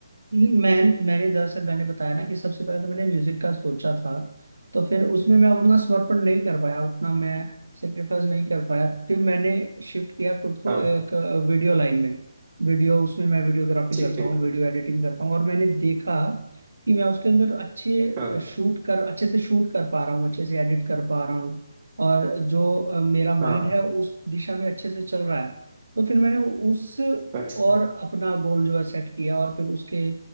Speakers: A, on the right (about 75°); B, on the right (about 35°).
A: मैं मैंने दरअसल मैंने बताया ना कि सबसे पहले तो मैंने म्यूजिक का सोचा था तो फिर उसमें मैं उतना समर्पण नहीं कर पाया उतना मैं सेक्रीफाइस नहीं कर पाया फिर मैंने शिफ्ट किया खुद को
B: हाँ
A: एक वीडियो लाइन में वीडियो उसमें मैं वीडियोग्राफी
B: ठीक
A: करता
B: ठीक
A: हूँ वीडियो एडिटिंग करता हूँ और मैंने देखा कि मैं उसके अंदर अच्छे
B: हाँ
A: शूट कर अच्छे से शूट कर पा रहा हूँ अच्छे से एडिट कर पा रहा हूँ और जो अ, मेरा माइंड
B: हाँ
A: है उस दिशा में अच्छे से चल रहा है तो फिर मैंने उस
B: अच्छा
A: और अपना गोल जो है सेट किया और फिर उसके